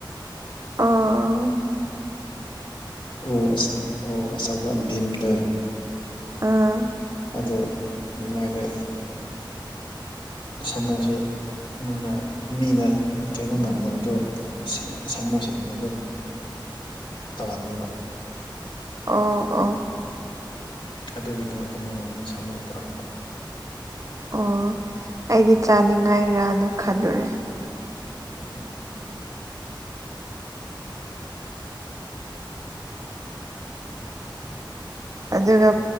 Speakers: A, on the right; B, on the left.
A: ꯑꯥ
B: ꯑꯣ ꯑꯆ ꯑꯣ ꯑꯆꯧꯕ ꯚꯤꯝꯗꯣ
A: ꯑꯥ
B: ꯑꯗꯨ ꯃꯣꯏꯗꯤ ꯁꯥꯃꯨꯁꯦ ꯃꯣꯏꯅ ꯃꯤꯅ ꯀꯩꯅꯣ ꯉꯝꯗꯕꯗꯣ ꯁꯁꯃꯨꯁꯤꯡꯅ ꯑꯗꯨꯝ ꯇꯧꯍꯜꯂꯤꯕ
A: ꯑꯣ ꯑꯣ
B: ꯑꯗꯨꯒꯤꯗꯃꯛꯇ ꯃꯣꯏ ꯁꯥꯃꯨ ꯄꯨꯔꯛꯄ
A: ꯑꯣ ꯑꯩꯗꯤ ꯆꯥꯅꯤꯡꯉꯥꯏꯔꯥꯅ ꯈꯜꯂꯨꯔꯦ
B: ꯎꯝ
A: ꯑꯗꯨꯒ